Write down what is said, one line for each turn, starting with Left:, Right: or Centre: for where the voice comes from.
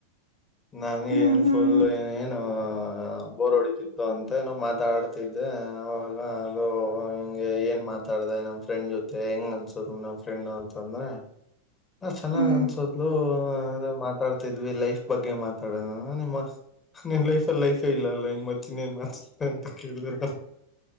Left: ನನಗ
Right: ಹ್ಮ್
Left: ಏನ್
Right: ಹ್ಮ್
Left: ಫುಲ್ ಏನ್ ಬೋರ್ ಹೊಡತಿ ಸಿಕ್ಕತ್ತು ಅಂತೋ ಏನೋ ಮಾತಾಡ್ತಿದ್ದೆ ಅವಾಗ ಅದು ಹಿಂಗೆ ಏನ್ ಮಾತಾಡದೆ ನಮ್ಮ ಫ್ರೆಂಡ್ ಜೊತೆ <inaudible> ಮತ್ತೆ ಹೆಂಗ್ ಅನ್ಸದ ನಮ್ ಫ್ರೆಂಡ್ ಅಂತಂದ್ರೆ ನಾ ಚೆನ್ನಾಗ್
Right: ಹ್ಮ್
Left: ಅನ್ಸದ್ಲು ಮಾತಾಡ್ತಿದ್ವಿ ಲೈಫ್ ಬಗ್ಗೆ ಮಾತಾಡೋದ ನಿಮ್ಮ ನಿನ್ ಲೈಫ ಅಲ್ಲಿ ಲೈಫೇ ಇಲ್ಲ ಅಲ್ಲ ಇನ್ ಮತ್ತ ಇನ್ನೇನ್ ಮಾತಾಡ್ತ ಅಂತ ಕೇಳಿದರ